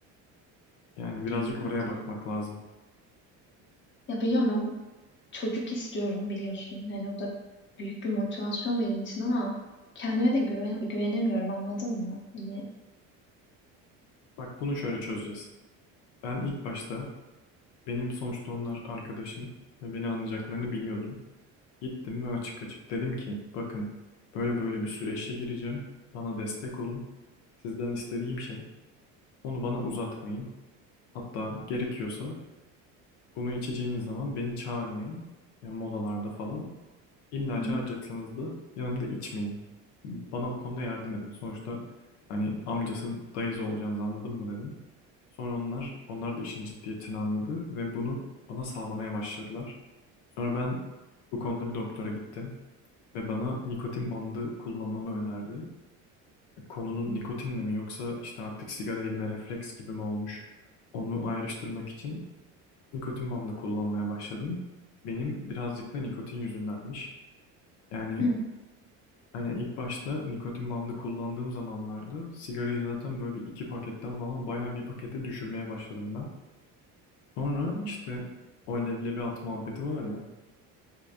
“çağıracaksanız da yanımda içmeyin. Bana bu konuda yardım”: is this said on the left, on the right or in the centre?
Left